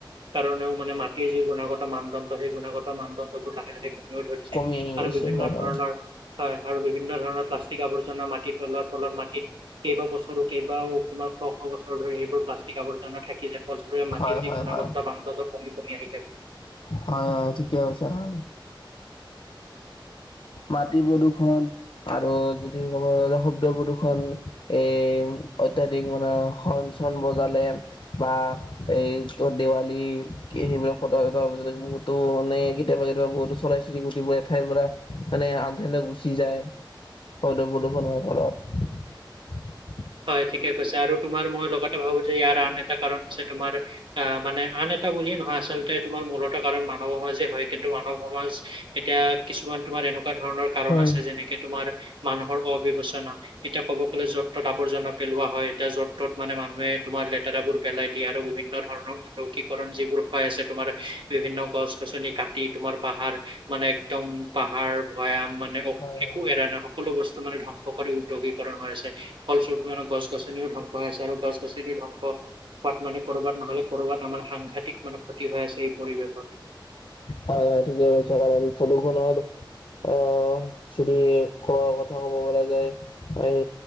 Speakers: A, on the right; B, on the left.
A: কাৰণেও মানে মাটিৰ যি গুণাগত মানদণ্ড সেই গুণাগত মানদণ্ডবোৰ লাহে লাহে কম ধৰিছে
B: কমি আহি
A: আৰু
B: আছে
A: বিভিন্ন
B: হয় হয়
A: ধৰণৰ হয় আৰু বিভিন্ন ধৰণৰ প্লাষ্টিক আৱৰ্জনা মাটিৰ তলত কেইবা বছৰো কেইবাও তোমাৰ শ শ বছৰ ধৰি এইবোৰ প্লাষ্টিক আৱৰ্জনা থাকি যাব ফলসৰৰে মাটিৰ
B: হয়
A: যি
B: হয়
A: গুণাগতা
B: হয়
A: বান্ধড কমি কমি আহি থাকে
B: হয় হয় ঠিকে কৈছে হয় মাটি প্ৰদূৰ্ষন আৰু যদি ক'ব য শব্দ প্ৰদূৰ্ষন এই অত্যাধিক মানে শন চন বজালে বা এইটো দেৱালী কি সেইবিলাক ফটকা চটকা পিছত বহুতো মানে কেতিয়াবা কেতিয়াবা বহুতো চৰাই চিৰিকটি বোৰ এঠাইৰ পৰা মানে আনঠাইলৈ গুচি যায় শদ প্ৰদূষনৰৰ ফলত
A: হয় ঠিকে কৈছে আৰু তোমাৰ মই লগতে ভাবো যে ইয়াৰ আন এটা কাৰণ হৈছে তোমাৰ অ মানে আন এ এটা বুলিয়ে নহয় আচলতে তোমাৰ মূলত কাৰণ মানৱ সমাজে হয় কিন্তু মানৱ সমাজ এতিয়া কিছুমান তোমাৰ এনেকুৱা ধৰণৰ কাৰণ
B: হয়।
A: আছে যেনেকে তোমাৰ মানুহৰ অবিবেচনা তেতিয়া ক'ব গ'লে য'ত আৱৰ্জননা পেলোৱা হয় এতিয়া য' তত মানে মানুহে তোমাৰ লেতেৰাবোৰ পেলাই দিয়ে আৰু বিভিন্ন ধৰণৰ কৰণ যিবোৰ হৈ আছে তোমাৰ বিভিন্ন গছ গছনি কাটি তোমাৰ পাহাৰ মানে একদম পাহাৰ ভৈয়াম মানে
B: হয় হয়
A: একো এৰা নাই সকলো বস্তু মানে ধ্বংস কৰি উদ্যোগীকৰণ হৈ আছে। বিভিৰ গছ গছনিও ধ্বংস খাইছে আৰু গছ গছনি ধ্বংস। কাত মানে কৰবাত নহ'লে কৰবাত আমাৰ সাংঘাতিক মানে ক্ষতি হৈ আছে এই পৰিৱেশত।
B: হয় ঠিকেই কৈছ কাৰণ প্ৰদুষণ হল আহ। যদি ক কথা ক'ব গলে। এ এই